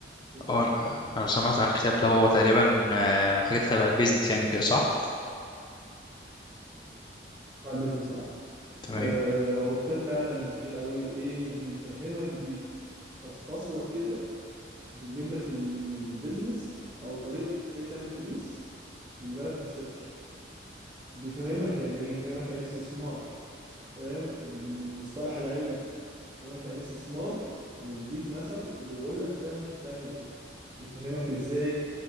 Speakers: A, on the right; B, on the left.
A: تسمع
B: اه
A: عنه
B: انا سمعت عن الكتاب ده هو تقريبا آه، حاجه تبع البيزنس يعني كده صح
A: بتاع البيزنس اه
B: تمام
A: آه، هو كتاب فعلا جميل قوي ايه بيفهمك بيفصفصلك كده بيجيب لك البيزنس او طريقه ازاي تعمل فلوس بيجيبها لك من الصفر بيفهمك يعني ايه يفهمك يعني إيه استثمار فاهم بالمصطلح العلمي يفهمك يعني إيه استثمار ويديك مثل ويقول لك فاهم تعمل ايه ويفهمك ازاي